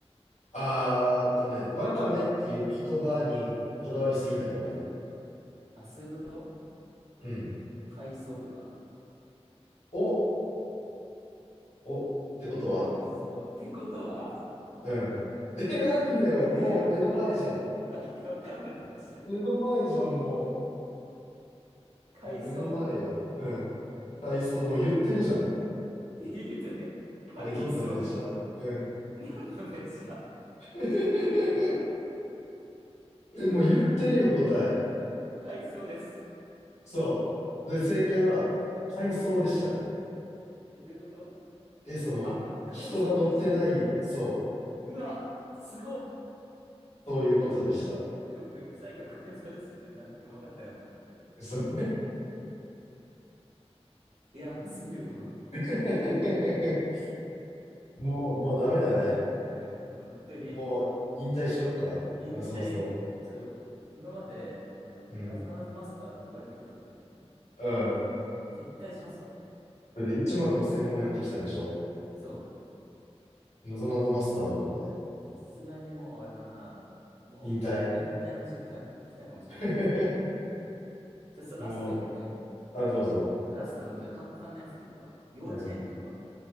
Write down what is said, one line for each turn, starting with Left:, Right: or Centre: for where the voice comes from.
Left: あーっとね、ワカメっていう言葉にこだわりすぎない方がいい。
Right: うん。あ、そういうこと
Left: うん。
Right: 海藻とか。
Left: お、お、ってことは
Right: 海藻。ってことは
Left: うん。<laughs> え、なんでよ、
Right: <laughs>
Left: もう目の前じゃん。
Right: え、待って待って、わかんない。マジで。
Left: 目の前じゃん、も
Right: 海藻
Left: う。いや、目の前よ。うん。体操、もう言ってるじゃん。
Right: え、ちょっと待って。
Left: はい、
Right: 海藻
Left: どんな電車うん。
Right: 何の電車
Left: <laughs>
Right: やばい。
Left: え、もう言ってるよ、答え。
Right: 海藻です。
Left: そう。で、正解は、回送でしたね。
Right: え、どういうこと
Left: え、その、
Right: あ、回送電車ってこと
Left: 人が乗ってない、そう、
Right: うわ、すごっ
Left: そういうことでした。
Right: え、僕、最後の回想ですって言ったらな、分かってなかった、僕。
Left: そう
Right: いや、すぎるもん、本当に。
Left: <laughs> もう、もうダメだね。
Right: うん、本当に。
Left: もう、引退しよっか。
Right: 引退、
Left: なぞなぞ。
Right: ちょ、今まで、あの、
Left: うん。
Right: なぞなぞマスターって言われてきてたんだけど、
Left: うん。
Right: 撤回しますわ。
Left: それで1万5千問やってきたんでしょ
Right: そ
Left: なぞなぞマスターだもんね。
Right: う。さすがにもう、あれだな。もう、
Left: 引退
Right: 引退の時期が来たかもしれない。
Left: <laughs>
Right: じゃあ、さラストいくね。
Left: もう、あ、どうぞ。
Right: じゃあラストもうじゃあ簡単なやつでいくわ。幼稚園でいくわ。
Left: うん。